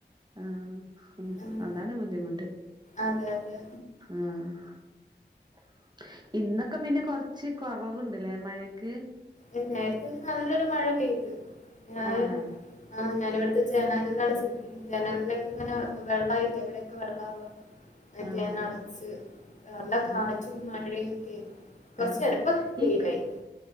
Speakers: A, on the right; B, on the left.
A: ആഹ് ഉ
B: ആഹ്
A: അതാണ് ബുദ്ധിമുട്ട്
B: അതെ അതെ
A: ആഹ് <unintelligible> ഇന്നൊക്കെ പിന്നെ കുറച്ച് കൊറവുണ്ടല്ലേ മഴ ക്ക്
B: അ നേരത്തെ ഒരു നല്ലൊരു മഴ പെയ്ത് ഞൻ
A: ആഹ്
B: ആ ഞാനിവിടെ ജനലടച്ചു
A: ആഹ്
B: ജനല ഇങ്ങനെ വെള്ളമായിട്ട് എവിടെയൊക്കെ വെള്ള ആവുക മറ്റേ
A: ആഹ്
B: അത് അടച്ച് നല്ല കാറ്റും
A: ആഹ്
B: മഴയും ഒക്കൊയിരുന്നു കൊറച്ചു
A: ആഹ്
B: നേരം ഇപ്പ വെയിലായി
A: ഈ